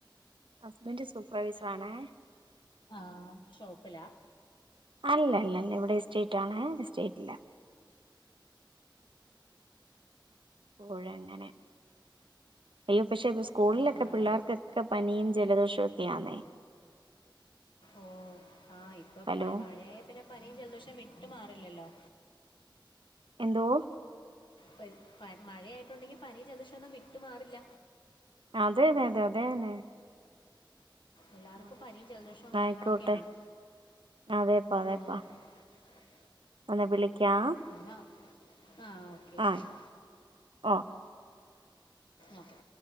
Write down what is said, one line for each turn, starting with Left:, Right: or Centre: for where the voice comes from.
Right: ഹസ്ബൻറ് സൂപ്പർവൈസറാണേ
Left: ആ ഷോപ്പിലാ
Right: അല്ല അല്ല അല്ല ഇവിടെ എസ്റ്റേറ്റ് ആണ് എസ്റ്റേറ്റില പുഴങ്ങനെ അയ്യോ പക്ഷേ ഇ സ്കൂളിലൊക്കെ
Left: ഓഹ് ആണ്
Right: പിള്ളേർക്കൊക്കെ പനിയും ജലദോഷവും ക്കേ ആണെ
Left: ഓ ആഹ് ഇപ്പൊ
Right: ഹലോ
Left: മഴയെ പിന്നെ പനിയും ജലദിവഷം വിട്ട് മാറില്ലല്ലോ
Right: എന്തോ
Left: പനി മഴയായിട്ടുണ്ടെങ്കി പനി ജലദോശൊന്നും വിട്ടു മാറില്ല
Right: അതെതെ അതെ അതെന്നെ
Left: എല്ലാർക്കും
Right: അതെ
Left: പനി ജലദോഷവും കാര്യങ്ങളൊക്കെയാണ്
Right: ആയിക്കോട്ടെ അതേപ്പാ അതേപ്പാ
Left: ഉം <unintelligible>
Right: എന്നാ വിളിക്കാം
Left: എന്നാ ആഹ് ഓക്കെ
Right: ആയിക്ക
Left: ശരി
Right: ഓ.
Left: ഓക്കെ.